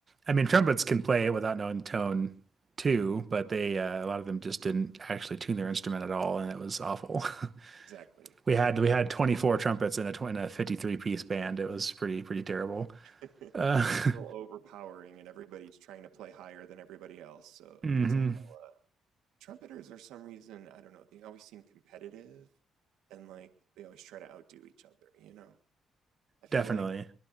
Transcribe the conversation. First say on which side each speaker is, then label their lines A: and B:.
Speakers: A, on the right; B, on the right.
A: I mean, trumpets can play it without knowing the tone too, but they uh, a lot of them just didn't actually tune their instrument at all, and it was awful. <laughs>
B: Exactly.
A: We
B: Exactly.
A: had we had 24 trumpets in a, tw- in a 53 piece band. It was pretty pretty terrible.
B: <laughs> A
A: Uh,
B: little overpowering and everybody's trying to play higher than everybody else, so
A: <laughs>
B: it
A: hmm
B: gets a little uh, trumpeters are some reason I don't know. They always seem competitive, and like they always try to outdo each other. You know, I feel
A: definitely.
B: like